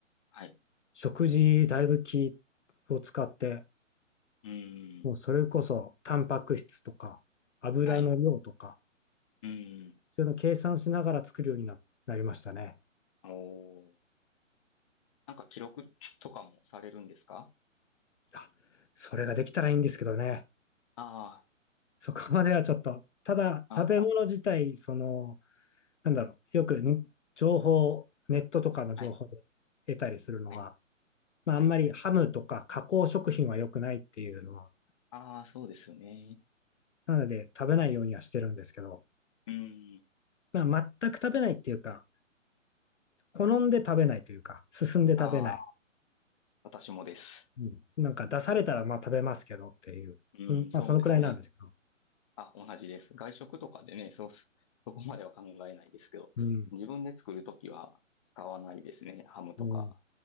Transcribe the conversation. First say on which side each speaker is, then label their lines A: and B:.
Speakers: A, on the left (about 25°); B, on the left (about 65°).
A: はい。
B: 食事だいぶ気を使って、
A: うーん。
B: もうそれこそタンパク質とか油の量とか、
A: はい。うーん。
B: そういうの計算しながら作るようにななりましたね。
A: おー。なんか記録とかもされるんですか
B: あ、それができたらいいんですけどね。
A: あ
B: そこまではちょっと、ただ食べ物自体、
A: あー、あ、
B: その、なんだろう、よくに情報、ネットとかの情報で得たりするのが、
A: はい、はい、
B: まああんまりハムとか加工食品は良くないっていうのは
A: はい。ああ、そうですよね。
B: なので、食べないようにはしてるんですけど、
A: うーん。
B: まあ、全く食べないっていうか、好んで食べないというか、進んで食べない。
A: ああ、私もです。
B: うん、なんか出されたらまあ食べますけどっていう、
A: うん、
B: うん、
A: そうですね。
B: まあそのくらいなんですけど。
A: あ、同じです。外食とかでね、そうす、そこまでは考えないですけど、
B: うん。
A: 自分で作るときは使わないですね。ハムとか。
B: も